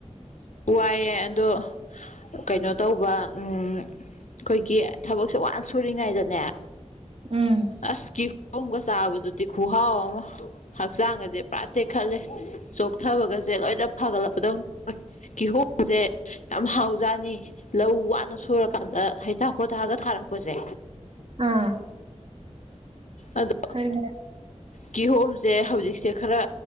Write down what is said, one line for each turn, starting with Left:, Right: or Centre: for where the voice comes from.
Left: ꯋꯥꯏꯑꯦ ꯑꯗꯣ ꯀꯩꯅꯣ ꯇꯧꯕ ꯎꯝ ꯈꯣꯏꯒꯤ ꯊꯕꯛꯁꯦ ꯋꯥꯅ ꯁꯨꯔꯤꯉꯩꯗꯅꯦ
Right: ꯎꯝ
Left: ꯑꯁ ꯀꯤꯍꯣꯝꯒ ꯆꯥꯕꯗꯨꯗꯤ ꯈꯨꯍꯥꯎ ꯑꯃ ꯍꯛꯆꯥꯡꯒꯁꯦ ꯄꯨꯔꯥ ꯇꯦꯛꯈꯠꯂꯦ ꯆꯣꯛꯊꯕꯒꯁꯦ ꯂꯣꯏꯅ ꯐꯒꯠꯂꯛꯄꯗꯧ ꯀꯤꯍꯣꯝꯁꯦ ꯌꯥꯝ ꯍꯥꯎꯖꯥꯅꯤ ꯂꯧ ꯋꯥꯅ ꯁꯨꯔꯀꯥꯟꯗ ꯍꯩꯊꯥ ꯈꯣꯊꯥꯛꯒ ꯊꯥꯔꯛꯄꯁꯦ
Right: ꯑꯥ
Left: ꯑꯗꯣ
Right: ꯍ‌ꯣꯏ
Left: ꯀꯤꯍꯣꯝꯁꯦ ꯍꯧꯖꯤꯛꯁꯦ ꯈꯔ